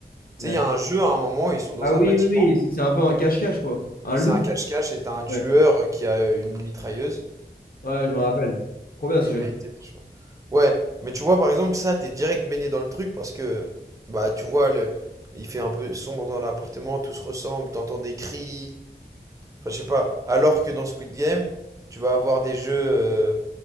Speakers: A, on the right (about 20°); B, on the left (about 55°).
A: Tu
B: La-
A: sais, il y a un jeu, à un moment, ils sont dans
B: Ah oui,
A: un bâtiment,
B: oui, oui, c'est un peu un cache-cache, quoi. Un
A: c'est
B: loup.
A: un cache-cache, et t'as un tueur
B: Ouais,
A: qui a une mitrailleuse,
B: ouais, je me rappelle. Trop bien
A: Et
B: ce jeu.
A: il a une tête de cheval. Ouais, mais tu vois, par exemple, ça, t'es direct baigné dans le truc parce que, bah, tu vois, le... il fait un peu sombre dans l'appartement, tout se ressemble, t'entends des cris, enfin, je sais pas. Alors que dans Squid Game, tu vas avoir des jeux, euh,